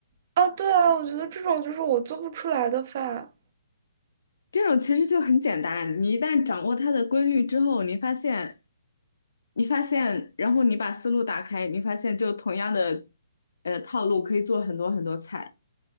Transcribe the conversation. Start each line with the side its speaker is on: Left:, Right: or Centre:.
Right: 啊，对啊，我觉得这种就是我做不出来的饭。
Left: 这种其实就很简单，你一旦掌握它的规律之后，你发现，你发现，然后你把思路打开，你发现就同样的，呃，套路可以做很多很多菜。